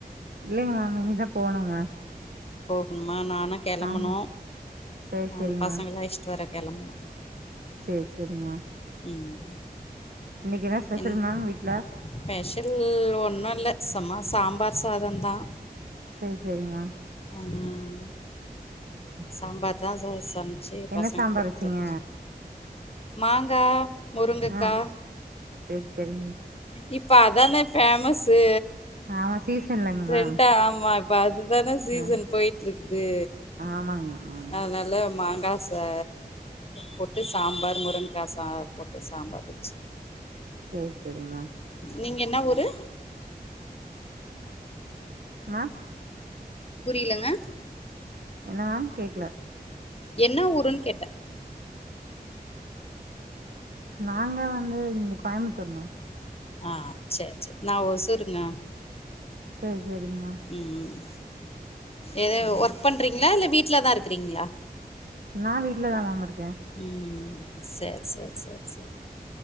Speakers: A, on the right; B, on the left.
A: இல்லைங்க மேம் இனிதா போணும் மேம்
B: போகணுமா நானு கெளம்பனு
A: ஆமா செரி
B: நானு
A: செரிங்க
B: பசங்கள அழஸ்டுவர கெளம்பணு
A: சேரி சேரி மேம்
B: ம்
A: இன்னக்கி என்ன ஸ்பெஷல்
B: என்
A: மேம் வீட்ல
B: ஸ்பெஷல் ஒன்னு இல்ல சும்மா சாம்பார் சாதம்தா
A: செரி செரி மேம்
B: ம்
A: செரி செரி
B: சாம்பார் தா ச சமச்சு
A: என்ன
B: பசங்க
A: சாம்பார்
B: குட்த்தாச்சு
A: வச்சீங்க
B: மாங்கா முருங்கக்கா
A: ஆ செரி செரிங்க மேம்
B: இப்ப அதானே ஃபேமஸு
A: ஆமா சீசன் இல்லங்க
B: ட்ரெண்டா
A: மேம்
B: ஆமா இப்ப அதுதானே சீசன்
A: ஆ
B: போயிட்டு இருக்குது
A: ஆமாங்க மேம் ஆமாங்க
B: அதனால மாங்கா ச போட்டு சாம்பார் முருங்கா சா போட்டு சாம்பார் வச்சி
A: சேரி சேரி மேம்
B: நீங்க என்னா ஊரு
A: மேம்
B: புரியலங்க
A: என்ன மேம் கேக்ல
B: என்ன ஊருன் கேட்டே
A: நாங்க வந்து இங்க கோயமுத்தூர் மேம்
B: ஆ சேர் சே நா ஒசூருங்க
A: சேர் சேரிங்க
B: ம் ம் எதோ
A: மேம்
B: ஒர்க் பண்ணுறீங்களா இல்ல வீட்ல தா இருக்றீங்களா
A: நா வீட்ல தா மேம் இருக்க
B: ம் சேர் சேர் சேர் சேர்